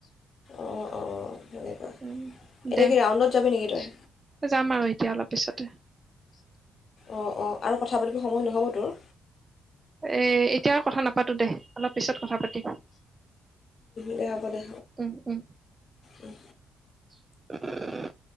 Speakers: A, on the left; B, on the right.
A: অঁ', -অঁ', -তেনেকুৱা।
B: উম
A: এতিয়া
B: দে
A: কি ৰাউণ্ডত যাবি নেকি তই?
B: যাম আৰু এতিয়া অলপ পিছতে।
A: অ', -অ', আৰু কথা পাতিব সময় নহ'ব তোৰ?
B: এই এতিয়া আৰু কথা নাপাতো দে, অলপ পিছত কথা পাতিম।
A: দে হ'ব দে,
B: উম উম
A: উম।
B: <inaudible>